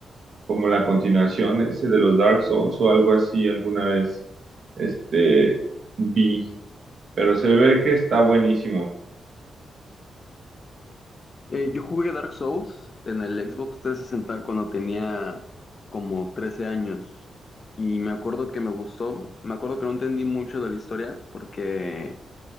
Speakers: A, on the right; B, on the left.
A: como la continuación ese de los Dark Souls o algo así alguna vez este vi, pero se ve que está buenísimo.
B: Eh, yo jugué Dark Souls en el Xbox 360 cuando tenía como 13 años y me acuerdo que me gustó, me acuerdo que no entendí mucho de la historia porque,